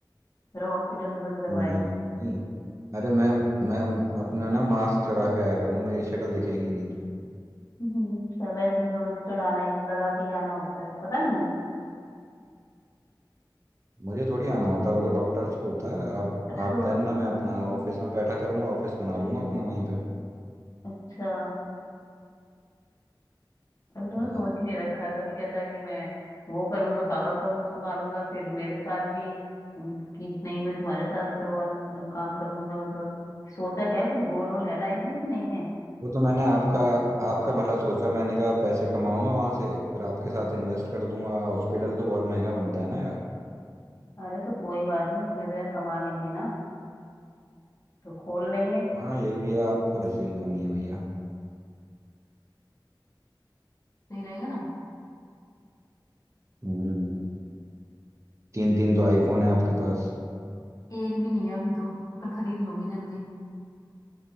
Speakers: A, on the left; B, on the right.
A: मेरा हॉस्पिटल भी बंद करवाएगा
B: नहीं नहीं अरे मैं मैं अपना ना मास्क चढ़ा के आया करूंगा मेरी शक्ल दिखेगी नहीं तुम्हें
A: हम्म, अच्छा वैसे ही वो चढ़ाना ही लगा के ही आना होता है पता नहीं है
B: मुझे थोड़ी आना होता है वो तो डॉक्टर्स को होता है आप
A: अरे
B: आप
A: तो वो-
B: पहनना मैं अपना ऑफिस में बैठा करूंगा ऑफिस बना लूंगा अपना वहीं पे
A: अच्छा अभी तूने
B: हाँ
A: सोच ही नहीं रखा है कभी कहता है कि मैं वो करूंगा पापा का वो संभालूंगा फिर मेरे साथ भी हम्म, कि नहीं मैं तुम्हारे साथ करवा लूंगा काम कर लूंगा मतलब सोचा क्या है कुछ गोल वोल है लाइफ में कि नहीं है
B: वो तो मैंने आपका आपका भला सोचा मैंने कहा पैसे कमाऊंगा वहां से फिर आपके साथ इन्वेस्ट कर दूंगा हॉस्पिटल तो बहुत महंगा बनता है ना यार
A: अरे तो कोई बात नहीं इतने देर कमा लेंगे ना तो खोल लेंगे
B: हाँ ये भी है आपके पैसे की कमी है भैया
A: सही रहेगा ना
B: हम्म तीन तीन तो आईफोन है आपके पास
A: एक भी नहीं है अभी तो पर खरीद लूंगी जल्दी